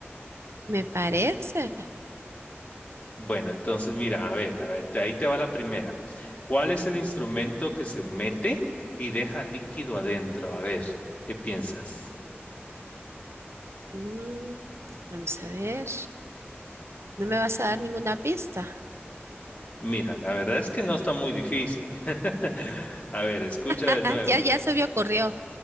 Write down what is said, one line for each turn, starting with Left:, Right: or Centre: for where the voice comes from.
Right: Me parece.
Left: Bueno, entonces mira, a ver, a ver, te- ahí te va la primera. ¿Cuál es el instrumento que se mete y deja líquido adentro? A ver, ¿qué piensas?
Right: Mm, vamos a ver. ¿No me vas a dar ninguna pista?
Left: Mira, la verdad es que no está muy difícil. <laughs> A ver, escucha
Right: <laughs>
Left: de nuevo.
Right: ya, ya se me ocurrió.